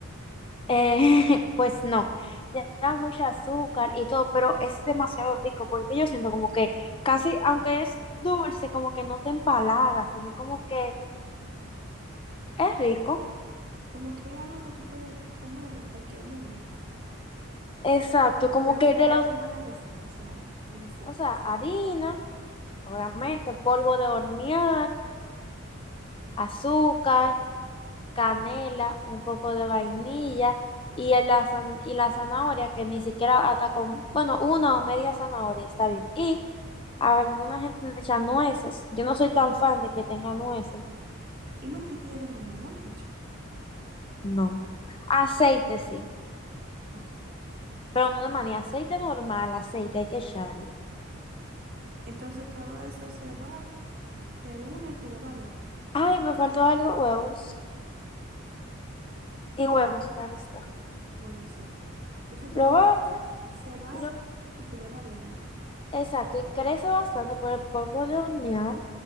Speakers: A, on the left; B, on the right.
A: Eh, <laughs> pues no, ya da mucho azúcar y todo, pero es demasiado rico porque yo siento como que casi, aunque es dulce, como que no te empalaga, sino como que es rico.
B: Como que es algo que tú puedes comer en cualquier momento.
A: Exacto, como
B: Pero
A: que
B: cuál,
A: de los,
B: ¿cómo es la receta? O sea, en sí.
A: o sea, harina, obviamente, polvo de hornear, azúcar, canela, un poco de vainilla y, el- la, zan- y la zanahoria, que ni siquiera hasta con, bueno, una o media zanahoria está bien. Y a alguna gente le echa nueces. Yo no soy tan fan de que tenga nueces.
B: Y mantequilla de maní, no le echan.
A: No. Aceite sí,
B: Ok.
A: pero no de manera, aceite normal, aceite hay que echarle.
B: Entonces todo eso se bate, se une y se lleva al horno.
A: Ay, me faltó algo, huevos. Y huevos, claro está.
B: Bueno, sí. Entonces
A: Lo
B: todo
A: bate,
B: se bate
A: y
B: y se lleva al horno.
A: Exacto, y crece bastante por el polvo de hornear